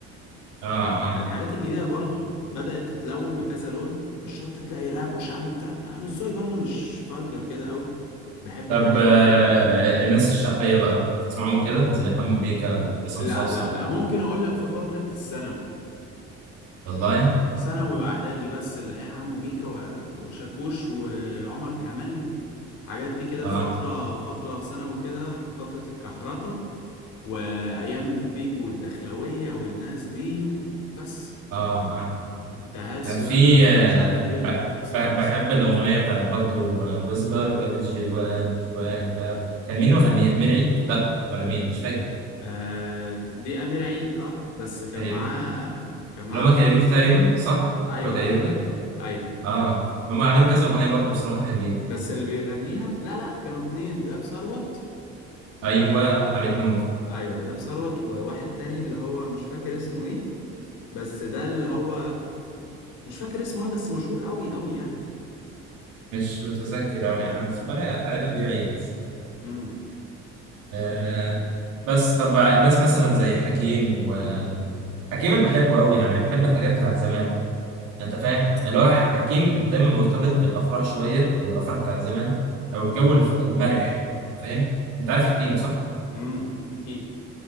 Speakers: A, on the right; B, on the left.
A: اه
B: فالحاجات
A: اه
B: الجديدة برضو بدأت تتلون بكذا لون مش شرط تلاقي راب وشعبي وبتاع لا، انا مش ذوقي برضو مش فالجر كده قوي بحب
A: طب
B: الحاجات
A: آه
B: برضو ال...
A: الناس الشعبية بقى تسمعهم كده زي حمو بيكا عصام
B: لا
A: صاصة
B: لا لا ممكن اقول لك في فترة الثانوي
A: والله
B: ثانوي واعدادي بس اللي هي حمو بيكا وع- وشاكوش وعمر كمال الحاجات دي كده
A: اه
B: في فترة فترة ثانوي كده فترة الكحرطة وأيام فيجو والدخلوية والناس دي بس
A: اه اه
B: انت هلسي
A: كان في
B: وأنا
A: آه،
B: مش عارف ايه وكلام-
A: ب-
B: سواكس
A: ب- بحب الأغنية بتاعت برضو آه، وسجار جابت جوان وجوان جاب كان مين مغنيها؟ أمير عيد؟ لا ولا مين مش فاكر
B: آه دي امير عيد اه بس كان
A: كايروكي
B: معاه كان معاه
A: اللي هما
B: حد
A: كايروكي تقريبا صح؟
B: ايوه
A: هو كايروكي؟
B: ايوه ايوه ايوه
A: اه هما عليهم كذا أغنية برضو بصراحة حلوين
B: بس اللي بيغنيها لا لا كانوا اتنين ذاب ثروت و
A: أيوه عليك نور
B: ايوه ذاب ثروت وواحد تاني اللي هو مش فاكر اسمه ايه بس ده اللي هو مش فاكر اسمه ايه بس مشهور قوي قوي يعني
A: مش متذكر أوي يعني أنا بس بلاقي أحيانا أمير عيد بس
B: امم
A: آه بس طب الناس مثلا زي حكيم و حكيم أنا بحبه أوي يعني بحب الحاجات بتاعت زمان انت فاهم اللي هو حكيم دايما مرتبط بالافراح شويه او الافراح بتاعت زمان او الجو الف- المرح أنت فاهم انت عارف حكيم صح
B: امم اكيد